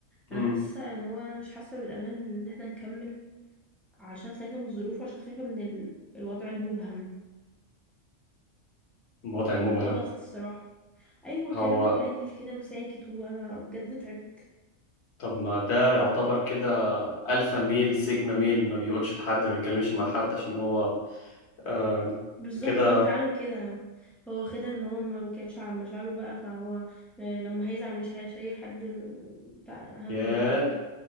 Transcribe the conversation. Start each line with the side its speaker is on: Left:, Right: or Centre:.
Left: مم.
Centre: انا حاسه ان هو انا مش حاسه بالامان ان احنا نكمل عشان خايفه من الظروف وعشان خايفه من ال... الوضع المبهم
Left: الوضع
Centre: فالموضوع
Left: مبهم
Centre: ضغط الصراحه ايوه
Left: هو
Centre: كلامه قليل كده وساكت وانا بجد تعبت
Left: طب ما ده يعتبر كده ألفا ميل سيجما ميل ما بيقولش لحد ما بيتكلمش مع حد عشان هو آم،
Centre: بالظبط
Left: كده
Centre: هو بيتعامل كده هو واخدها ان هو ما بيتكلمش عن مشاعره بقى فهو آه، لما هيزعل مش هيشيل حد م- بتاع هم
Left: ياه
Centre: زعله